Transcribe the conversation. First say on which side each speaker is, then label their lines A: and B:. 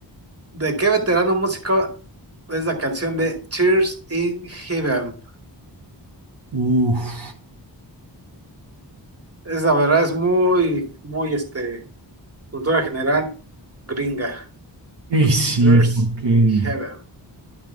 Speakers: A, on the right; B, on the right.
A: ¿De qué veterano músico es la canción de Cheers in Heaven?
B: uff.
A: Es la verdad, es muy, muy, este, cultura general gringa.
B: Ey, sí,
A: Cheers
B: porque,
A: in Heaven.